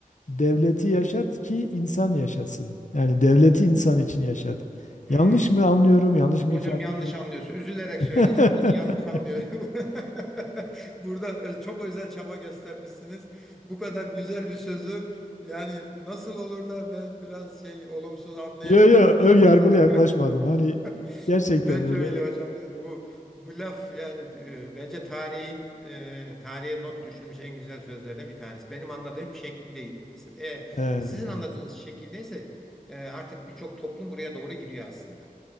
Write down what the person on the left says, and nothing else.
devleti yaşat ki insan yaşasın. Yani devleti insan için yaşat.
Yanlış mı anlıyorum? Yanlış mı
ifade
ediyorum?
<laughs>
Yo yo
ön yargılı
yaklaşmadım. Hani
gerçekten
öyle.
Evet.